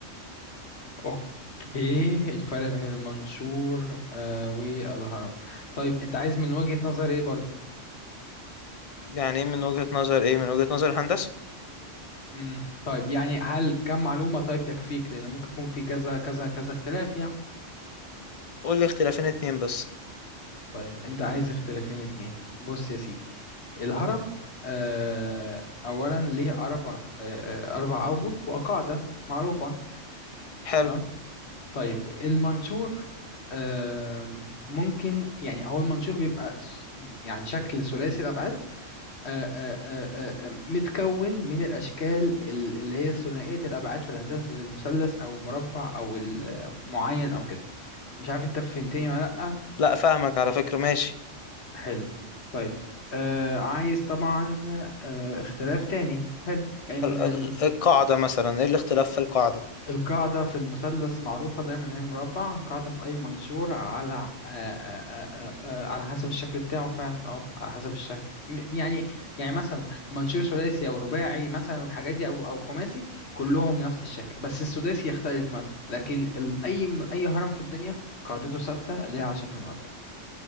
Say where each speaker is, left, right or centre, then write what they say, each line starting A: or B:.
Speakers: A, on the left; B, on the left.
A: اوكي الفرق بين المنشور آه والهرم طيب انت عايز من وجهة نظر ايه برضو
B: يعني إيه من وجهة نظر إيه من وجهة نظر الهندسة
A: امم طيب يعني هل كم معلومة طيب تكفيك لان ممكن يكون في كذا كذا كذا اختلاف يعني
B: قول لي اختلافين اتنين بس
A: طيب انت عايز اختلافين اتنين بص يا سيدي الهرم آه اولا ليه اربع آه آه، اربع اوجه وقاعدة معروفة
B: حلو
A: تمام طيب المنشور آم، ممكن يعني هو المنشور بيبقى س- يعني شكل ثلاثي الأبعاد آه، آه، آه، آه، متكون من الأشكال ال- اللي هي ثنائية الأبعاد في الهندسة زي المثلث أو المربع أو المعين أو كده مش عارف أنت فهمتني ولا لأ
B: لا فاهمك على فكرة ماشي
A: حلو طيب آه، عايز طبعا آه، اختلاف تاني حلو إن
B: ال- القاعدة مثلا إيه الاختلاف في القاعدة
A: القاعدة في المثلث معروفة دايما إن هي مربع القاعدة في أي منشور على آه، آه، آه، آه، آه، على حسب الشكل بتاعه فعلا اه على حسب الشكل م- يعني يعني مثلا منشور ثلاثي أو رباعي مثلا الحاجات دي أو أو خماسي كلهم نفس الشكل بس السداسي يختلف مثلا لكن ال- أي م- أي هرم في الدنيا قاعدته ثابتة اللي هي على شكل مربع